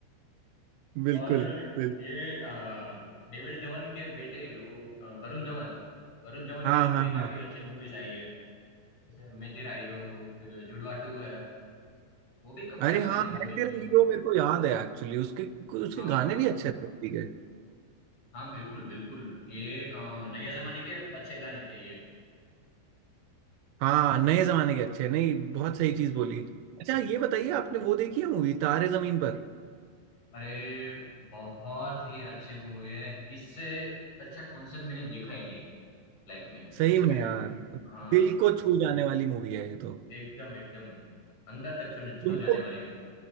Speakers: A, on the right; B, on the left.
A: बिल्कुल
B: और
A: बिल्कुल
B: ये अ, डेविड धवन के बेटे वो अ, वरुण धवन वरुण धवन
A: हाँ
B: की
A: हाँ
B: भी काफी
A: हाँ
B: अच्छी मूवीज आई है जैसे मैं तेरा हीरो हूँ फिर जुड़वा टू है वो भी कब-
A: अरे
B: काफी
A: हाँ
B: अच्छे मूवीज
A: मैं तेरा
B: थे
A: हीरो मेरे को याद है एक्चुअली उसके उसके
B: हाँ
A: गाने भी अच्छे थे ठीक है
B: हाँ बिल्कुल बिल्कुल ये अ, नए जमाने के अच्छे गाने थे ये
A: हाँ नए जमाने के अच्छे नहीं बहुत
B: ये
A: सही
B: बिल्कुल
A: चीज बोली अच्छा ये
B: हम्म।
A: बताइए आपने वो देखी है मूवी तारे जमीन पर
B: अरे बहुत ही अच्छे मूवी है इससे अच्छा कॉन्सेप्ट मैंने देखा ही नहीं है लाइफ में
A: सही
B: सच
A: में
B: में
A: यार
B: हाँ
A: दिल को छू जाने वाली मूवी है ये तो
B: एकदम एकदम अंदर तक छूने
A: तुमको
B: छू जाने वाली है